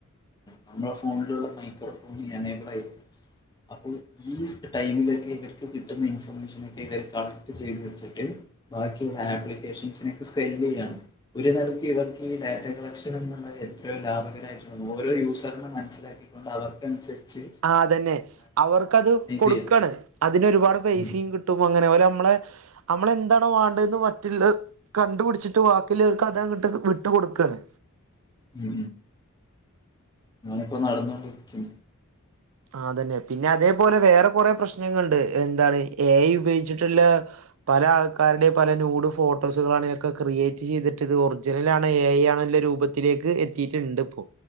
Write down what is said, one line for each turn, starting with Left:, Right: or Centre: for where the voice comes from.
Left: നമ്മുളെ ഫോണിലുള്ള മൈക്രോഫോൺ ഞാനേബൾ ആയിരിക്കും അപ്പോ ഈ ടൈമിലൊക്കെ ഇവർക്ക് കിട്ടുന്ന ഇൻഫർമേഷനൊക്കെ ഇവർ കളക്ട് ചെയ്ത് വെച്ചിട്ട് ബാക്കിയുള്ള ആപ്ലിക്കേഷൻസിനൊക്കെ സെല്ല് ചെയ്യാണ് ഒരു നൽക്ക് ഇവർക്ക് ഈ ഡാറ്റ കളക്ഷൻ എന്നുള്ള എത്രയോ ലാഭകരമായിട്ടുള്ള ഓരോ യൂസറിനെ മനസ്സിലാ ക്കി ക്കൊണ്ടവർ ക്കനുസരിച്ച്
Right: ആഹ് അതന്നെ അവർക്കത് കൊടുക്കാണ്
Left: ചെയ്യണം
Right: അതിനരുപാട് പൈസിം
Left: ഉം
Right: കി ട്ടു പോ അങ്ങനെ പോലെ നമ്മളെ നമ്മള എന്താണോ വേണ്ടതെ പറ്റില്ല കണ്ടു പിടിച്ചിട്ട് ബാക്കില്ലവർക്ക് അതങ്ങട്ട് ഇട്ട് കൊടുക്കണ്
Left: ഉം ങ്ങാനെ പ്പോ നടന്നോണ്ടിരിക്കും
Right: ആതന്നെ പിന്നെ അതേപോലെ വേറെ കൊറെ പ്രശ്നങ്ങൾണ്ട് എന്താണ് എ ഐ ഉപയോഗിച്ചിട്ടുള്ള പല ആൾക്കാരുടെയും പല നൂഡ് ഫോട്ടോസുകളാണ് ഇതൊക്കെ ക്രിയേറ്റ് ചെയ്തിട്ട ഇത് ഒറിജിനൽ ആണ് എ ഐ ആണല്ല രൂപത്തി ത്തിലേക്ക് എത്തിയിട്ടുണ്ട് പ്പോ